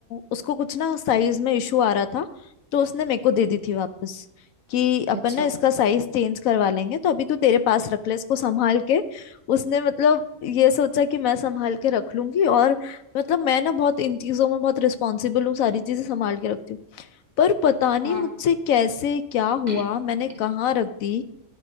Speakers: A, on the left; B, on the right.
A: उसको कुछ ना साइज में इशू आ रहा था तो उसने मेरे को दे दी थी वापस कि अपन
B: अच्छा
A: ना इसका साइज चेंज करवा लेंगे तो अभी तू तेरे पास रख ले इसको संभाल के उसने मतलब ये सोचा कि मैं संभाल के रख लूंगी और मतलब मैं ना बहुत इन चीजों में बहुत रिस्पॉन्सिबल हूँ सारी चीजें संभाल के रखती हूँ पर पता नहीं
B: हाँ
A: मुझसे कैसे क्या हुआ
B: <clears throat>
A: मैंने कहाँ रख दी